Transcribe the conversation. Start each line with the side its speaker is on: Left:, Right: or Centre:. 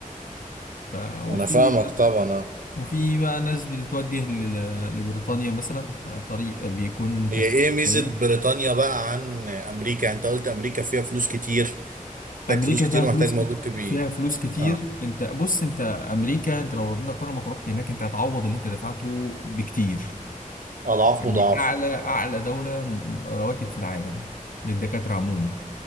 Left: ف... وفي
Right: انا فاهمك طبعا آه.
Left: وفي بقى ناس بتتوجه لل... لبريطانيا مثلا طريق بيكون تكلفة
Right: هي ايه ميزة
Left: قليلة
Right: بريطانيا بقى عن امريكا يعني انت قلت امريكا فيها فلوس كتير
Left: امريكا
Right: محتاج فلوس كتير
Left: فيها
Right: ومحتاج
Left: فلوس
Right: موجود
Left: ك...
Right: كبير
Left: فيها فلوس كتير
Right: اه
Left: انت بص انت امريكا انت لو ربنا كرمك ورحت هناك انت هتعوض اللي انت دفعته بكتير
Right: اضعاف
Left: يعني
Right: مضاعف
Left: اعلى اعلى دولة م- رواتب في العالم للدكاترة عموما